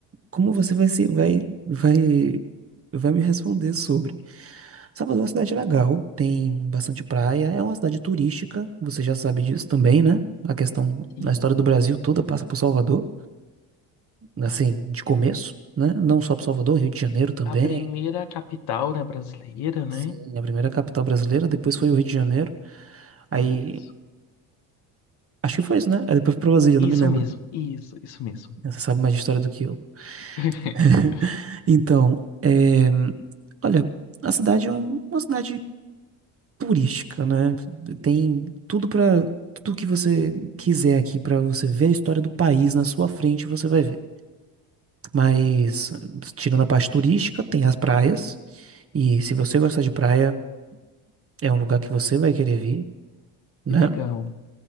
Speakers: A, on the right; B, on the left.
A: Como você vai se vai vai vai me responder sobre? Salvador é uma cidade legal, tem bastante praia, é uma cidade turística, você já sabe disso também, né? A questão,
B: Sim.
A: a história do Brasil toda passa por Salvador, assim, de começo, né? Não só por Salvador, Rio de Janeiro também.
B: A primeira capital, né, brasileira, né?
A: Sim, a primeira capital brasileira, depois foi o Rio de Janeiro. Aí,
B: Isso.
A: acho que foi isso, né? Aí depois foi pra Brasília,
B: Isso
A: não me lembro.
B: mesmo, isso, isso mesmo.
A: Você sabe mais de história do que eu.
B: <laughs>
A: <laughs> Então, é, olha, a cidade é um- uma cidade turística, né? Tem tudo para tudo que você quiser aqui para você ver a história do país na sua frente, você vai ver. Mas tirando a parte turística, tem as praias e se você gostar de praia, é um lugar que você vai querer vir, né?
B: Que legal.